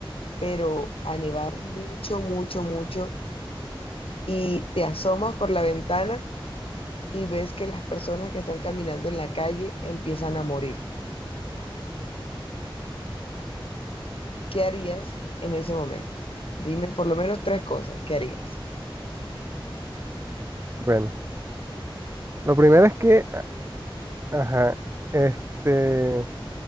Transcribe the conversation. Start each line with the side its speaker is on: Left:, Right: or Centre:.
Left: pero a nevar mucho, mucho, mucho y te asomas por la ventana y ves que las personas que están caminando en la calle empiezan a morir. ¿Qué harías en ese momento? Dime por lo menos tres cosas. ¿Qué harías?
Right: Bueno, lo primero es que, ajá, este,